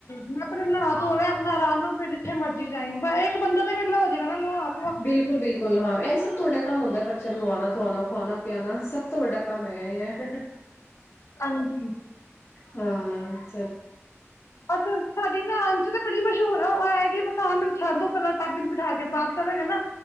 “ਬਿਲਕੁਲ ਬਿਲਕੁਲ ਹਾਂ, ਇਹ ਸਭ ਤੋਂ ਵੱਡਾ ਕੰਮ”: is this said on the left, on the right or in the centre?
Left